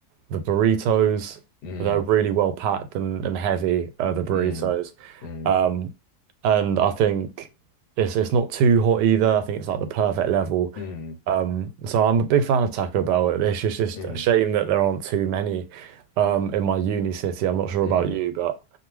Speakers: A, on the right; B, on the left.
A: the burritos.
B: mm,
A: They're really well packed and, and heavy, uh, the burritos.
B: mm, mm,
A: Um, and I think it's it's not too hot either. I think it's like the perfect level.
B: mm,
A: Um, so I'm a big fan of Taco Bell. It's just, just
B: mm,
A: a shame that there aren't too many um, in my uni city. I'm not sure
B: mm.
A: about you, but